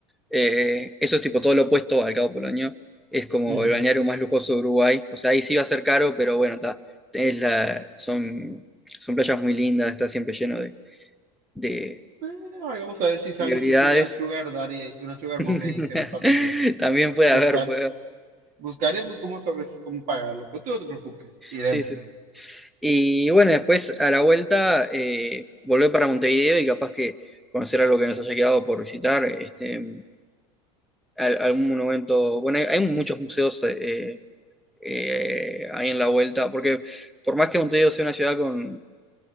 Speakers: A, in the centre; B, on the right.
A: Eh, eso es tipo todo lo opuesto al Cabo Polonio. Es como
B: Ujú.
A: el balneario más lujoso de Uruguay. O sea, ahí sí va a ser caro, pero bueno, está. Tenés la, son, son playas muy lindas, está siempre lleno de, de
B: Eh, ahí vamos a ver si sale
A: celebridades.
B: incluso una Sugar Daddy, una Sugar
A: <laughs>
B: Mommy ahí que nos patrocine.
A: También puede
B: Buscar,
A: haber, puede haber.
B: buscaremos cómo, sobre, cómo pagarlo, pues tú no te preocupes, iremos.
A: Sí, sí, sí. Y bueno, después a la vuelta eh, volver para Montevideo y capaz que conocer algo que nos haya quedado por visitar, este, al- algún monumento. Bueno, hay, hay muchos museos eh, eh, ahí en la vuelta, porque por más que Montevideo sea una ciudad con